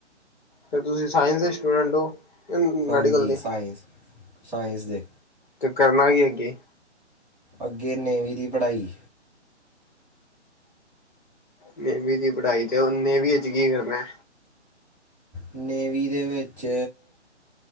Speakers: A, on the left (about 45°); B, in the centre.
A: ਫਿਰ ਤੁਸੀਂ ਸਾਇੰਸ ਦੇ ਸਟੂਡੈਂਟ ਹੋ? ਮੈਡੀਕਲ
B: ਹਾਂਜੀ
A: ਦੀ
B: ਸਾਇੰਸ ਸਾਇੰਸ ਦੇ
A: ਤੇ ਕਰਨਾ ਕੀ ਅੱਗੇ
B: ਅੱਗੇ ਨੇਵੀਂ ਦੀ ਪੜ੍ਹਾਈ
A: ਨੇਵੀ ਦੀ ਪੜ੍ਹਾਈ ਤੇ ਉਹ ਨੇਵੀ ਇੰਚ ਕੀ ਕਰਨਾ ਇਹ
B: ਨੇਵੀ ਦੇ ਵਿੱਚ